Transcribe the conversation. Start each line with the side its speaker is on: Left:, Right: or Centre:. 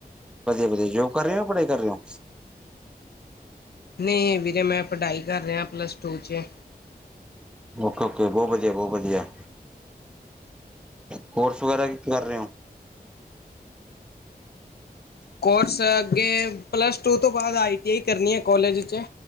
Centre: ਵਧੀਆ ਜੋਬ ਕਰ ਰਹੇ ਹੋ ਜਾਂ ਪੜ੍ਹਾਈ ਕਰ ਰਹੇ ਹੋ?
Left: ਨਹੀਂ ਵੀਰੇ, ਮੈਂ ਪੜ੍ਹਾਈ ਕਰ ਰਿਹਾ ਪਲੱਸ ਟੂ 'ਚ।
Centre: ਓਕੇ-ਓਕੇ ਬਹੁਤ ਵਧੀਆ, ਬਹੁਤ ਵਧੀਆ ਕੋਰਸ ਵਗੈਰਾ ਕਰ ਰਹੇ ਹੋ?
Left: ਕੋਰਸ ਅੱਗੇ ਪਲੱਸ ਟੂ ਤੋਂ ਬਾਅਦ, ਆਈ ਟੀ ਆਈ ਕਰਨੀ ਹੈ ਕਲੇਜ 'ਚ।